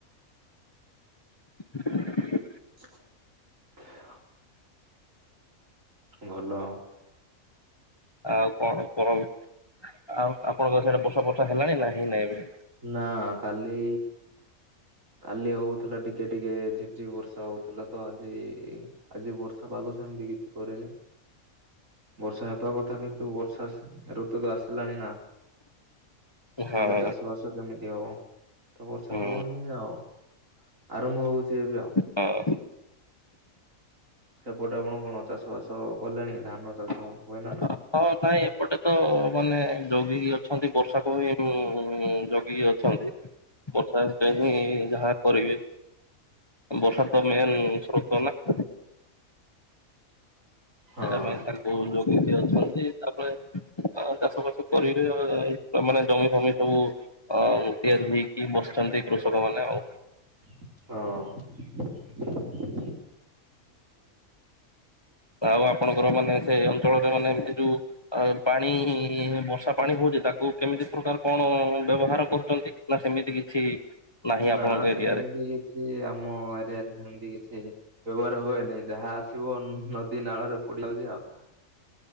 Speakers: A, on the left; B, on the right.
A: <unintelligible>
B: <unintelligible> <inaudible> ଭଲ ଆଉ
A: ଆଉ କଣ କର ଆଉ ଆପଣଙ୍କ ସେଇଆଡେ ବର୍ଷା ଫର୍ଷା ହେଲାଣି ନା ହେଇନାହିଁ।
B: ନା କାଲି କାଲି ହଉଥିଲା ଟି ଟିକେ ଟିକେ ଝିପ ଝିପ୍ ବର୍ଷା ହଉଥିଲା ତ ଆଜି ଆଜି ବର୍ଷା ପାଗ ସେମିତି କିଛି କରିନି।
A: <inaudible>
B: ବର୍ଷା ହେବା କଥା କିନ୍ତୁ ବର୍ଷା ଋତୁ ତ ଆସିଲାଣି ନା।
A: ହଁ
B: ନହେଲେ ଚାଷ ବାସ କେମିତି ହବ ତ ବର୍ଷା
A: ହୁଁ
B: ହବନି ଆଉ ଆରମ୍ଭ ହଉଛି ଏବେ ଆଉ।
A: ହଁ
B: ସେପଟେ ଆପଣ କଣ ଚାଷ ବାସ କଲେଣି ନା ଚାଷ
A: <inaudible>
B: ହୁଏ ନାଇଁ?
A: ହଁ ନାଇଁ ଏପଟେ ତ ମାନେ ଜଗିକି ଅଛନ୍ତି ବର୍ଷାକୁ ହିଁ ଜ ବି ଅଛନ୍ତି ବର୍ଷା ହେଲେ ହିଁ ଯାହା କରିବେ। ବର୍ଷା ତ ମେନ୍ ସ୍ରୋତ ନା।
B: ହଁ
A: ସେଟା ପାଇଁ ତାଙ୍କୁ ଜଗିକି ଅଛନ୍ତି ତାପରେ ଆ ଚାଷ ବାସ କରିକିରି ଆ ମାନେ ଜମି ଫମି ସବୁ ଅ ତିଆରି ହେଇକି ବସିଛନ୍ତି କୃଷକ ମାନେ ଆଉ।
B: ହଁ।
A: ଆଉ ଆପଣଙ୍କର ମାନେ ସେ ଅଞ୍ଚଳରେ ମାନେ ଏ ଯୋଉ ପାଣି ବର୍ଷା ପାଣି ହଉ ଯେ ତାକୁ କେମିତି ପ୍ରକାର କଣ ବ୍ୟବହାର କରୁଛନ୍ତି ନା ସେମିତି କିଛି ନାହିଁ ଆପଣଙ୍କ
B: ନା ସେମିତି
A: ଏରିଆରେ?
B: କିଛି ଆମ ଏରିଆରେ ସେମିତି କିଛି ବ୍ୟବହାର ହୁଏନି ଯାହା ଆସିବ ନଦୀ ନାଳରେ <unintelligible> ହେଉଛି ଆଉ।